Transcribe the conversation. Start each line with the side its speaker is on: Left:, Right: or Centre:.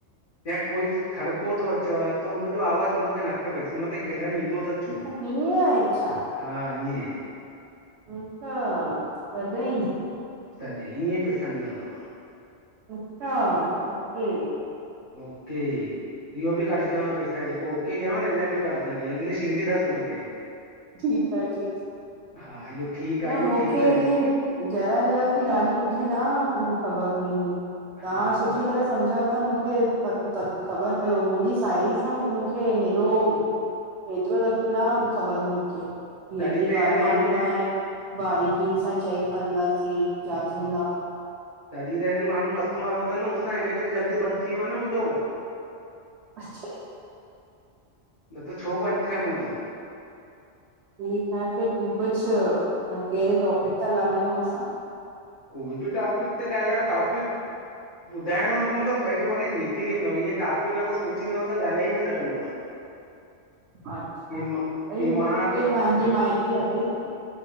Left: या कोई खड़को थो अचेव त हुननजो आवाज़ु उनखे न खपेसि उन खे खिलण ईंदो त
Right: अछा हीअ आहे छा!
Left: हा ईअं।
Right: अच्छा तॾहिं
Left: तॾ ईअं पैसा मिलंदव।
Right: अच्छा ओके।
Left: ओके! इहो बि कढजंदव पैसा जेको ओेके कयव न हिना जा ॿि कढजंदव इंग्लिश ईंदी अथस हुनखे।
Right: ठीकु आहे ठीकु
Left: हा इहो ठीकु आहे
Right: न
Left: इहो
Right: मुंखे
Left: ठीकु त इहो
Right: ई जरा जरा सी ॻाल्हियूं मुंखे न ख़बर हुयई, तां
Left: हा
Right: सुठी
Left: त
Right: तरह सम्झायो त मुंखे ख़बर पयो मुंहिंजी साहेड़ी सां मुंखे हेॾो हेतिरो दफ़ न ख़बर हुई मुंखे की
Left: तॾहिं
Right: ऐतिरी
Left: त हेॾनि
Right: ॻाल्हाइणो
Left: माण्हुनि
Right: आहे बारिकीअ सां चेक कंदासीं जाचंदा
Left: तॾहिं त हिननि माण्हुनि मथो हयो अथनि मुंसां हिन करे, जल्दी बंदि थी वियो आ न मुंहिंजो
Right: अच् छी
Left: न त छो बन्द थे आ मुंहिंजो
Right: ठीकु आ फिर कुझु कहिड़े टॉपिक था, ॻाल्हायूं असां
Left: कोई ॿी टॉपिक ते गाल्हियो टॉपिक ॿुधाइणो न पवंदो पंहिजो पाणी निकिरी वेंदो आ ईअं टॉपिक अगरि सोचींनदव त ॻाल्हाए न सघंदव <inaudible>
Right: अच्छा
Left: इहे
Right: सही
Left: मां इहे मां
Right: आ
Left: अगरि
Right: फिर तांजी माइट्री हले थी